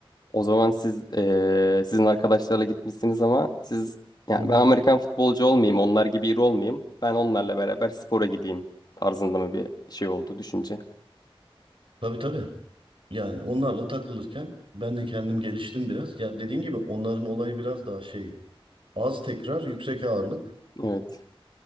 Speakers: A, on the left; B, on the right.
A: O zaman siz eee, sizin arkadaşlarla gitmişsiniz ama siz yani
B: Hı hı.
A: ben Amerikan futbolcu olmayayım, onlar gibi iri olmayayım. Ben onlarla beraber spora gideyim tarzında mı bir şey oldu düşünce.
B: Tabii tabii. Yani onlarla takılırken ben de kendim geliştim biraz. Ya dediğin gibi onların olayı biraz daha şey az tekrar yüksek ağırlık.
A: Evet.